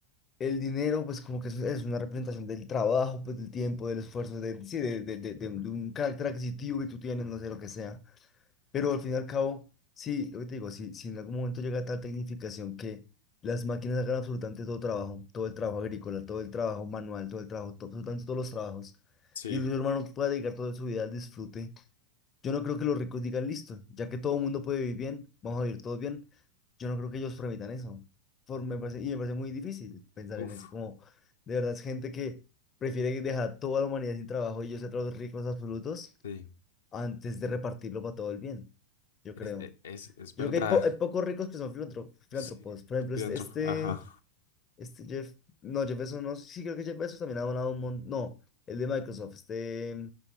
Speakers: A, on the left; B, on the left.
A: El dinero, pues como que es, es una representación del trabajo, pues del tiempo, del esfuerzo, de, sí, de, de, de, de un carácter adquisitivo que tú tienes, no sé lo que sea. Pero al fin y al cabo, sí, lo que te digo, si, si en algún momento llega tal tecnificación que las máquinas hagan absolutamente todo trabajo, todo el trabajo agrícola, todo el trabajo manual, todo el trabajo, to- absolutamente todos los trabajos,
B: Sí.
A: y el ser humano pueda dedicar toda su vida al disfrute yo no creo que los ricos digan listo, ya que todo el mundo puede vivir bien, vamos a vivir todos bien. Yo no creo que ellos permitan eso. Por, me parece, y me parece muy difícil pensar
B: Uf,
A: en eso. Como de verdad es gente que prefiere dejar a toda la humanidad sin trabajo y ellos ser los ricos absolutos
B: sí,
A: antes de repartirlo para todo el bien. Yo creo.
B: es, e- es, es verdad.
A: Yo creo que hay, po- hay pocos
B: <laughs>
A: ricos que son filantro- filántropos.
B: Sí,
A: Por ejemplo,
B: filántropo,
A: este, este,
B: ajá.
A: este Jeff, no, Jeff Bezos, no, sí creo que Jeff Bezos también ha donado un montón. No, el de Microsoft, este.